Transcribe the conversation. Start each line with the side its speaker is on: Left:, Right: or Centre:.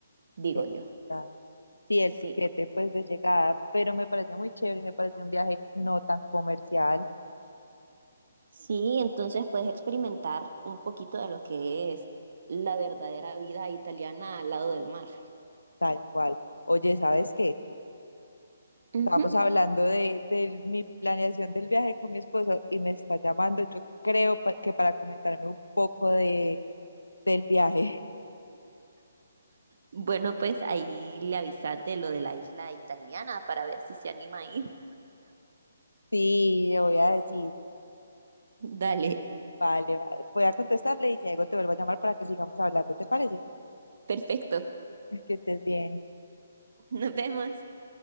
Right: digo
Left: Está-
Right: yo.
Left: Sí, el
Right: Sí.
Left: tiquete pues de llegada, pero me parece muy chévere, y me parece un viaje no tan comercial,
Right: Sí, entonces puedes experimentar un poquito de lo que es la verdadera vida italiana al lado del mar.
Left: tal cual. Oye, ¿sabes qué?
Right: Ujú.
Left: Estábamos hablando de, de mi planeación del viaje con mi esposo y me está llamando, yo creo pa- que para comentarme un poco de, del viaje. <laughs>
Right: Bueno, pues ahí le avisas de lo de la isla italiana para ver si se anima a ir.
Left: Sí, le voy a decir,
Right: Dale,
Left: vale, va- voy a contestarle y si algo te vuelvo a llamar para que sigamos hablando, ¿te parece?
Right: perfecto.
Left: <laughs> Que estés bien.
Right: <laughs> Nos vemos.